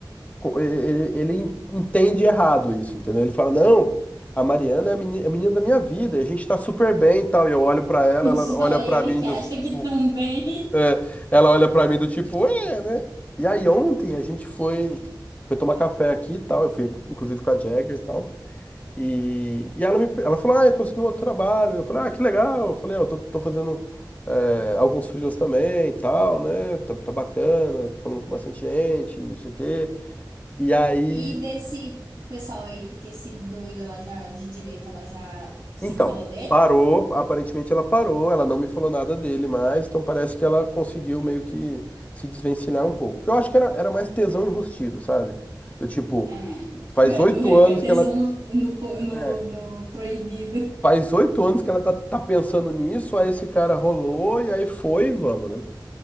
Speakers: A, on the left; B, on the right.
A: co- ele, ele entende errado isso, entendeu? Ele fala, não, a Mariana é a meni- é a menina, da minha vida, a gente tá super bem e tal. E eu olho pra ela,
B: <laughs>
A: ela
B: Só
A: olha
B: ele
A: pra mim
B: que
A: do
B: acha
A: tipo,
B: que também.
A: é, ela olha pra mim do tipo, é, né? E aí ontem a gente foi, foi tomar café aqui e tal, eu fui inclusive com a Jagger e tal. E, e ela me, ela falou, ah, eu consegui um outro trabalho. Eu falei, ah, que legal. Eu falei, "Ah, eu tô, tô fazendo é, alguns freelas também e tal, né? Tá, tá bacana, tô falando com bastante gente, não sei o quê. E aí
B: E desse pessoal aí, que esse doido, ela já, de direita, ela já desencanou
A: Então,
B: dele?
A: parou, aparentemente ela parou, ela não me falou nada dele mais, então parece que ela conseguiu meio que se desvencilhar um pouco. Porque eu acho que era, era mais tesão enrustido, sabe? Do tipo,
B: É. <laughs>
A: faz
B: É
A: oito
B: do é
A: anos
B: que é tesão
A: que ela.
B: no, no, po- no,
A: É,
B: no proibido.
A: faz oito anos que ela tá, tá pensando nisso, aí esse cara rolou e aí foi, e vamos, né?